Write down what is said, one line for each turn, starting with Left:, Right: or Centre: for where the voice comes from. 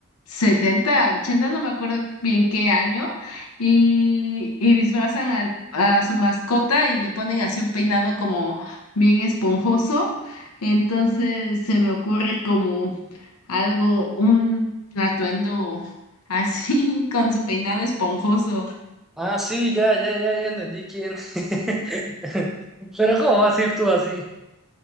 Left: 70 ochenta no me acuerdo bien qué año, y, y disfrazan al- a su mascota y le ponen así un peinado como bien esponjoso. Entonces se me ocurre como algo, un atuendo así <laughs> con su peinado esponjoso.
Centre: Ah, sí, ya, ya, ya, ya entendí quién. <laughs> Pero ¿cómo vas a ir tú así?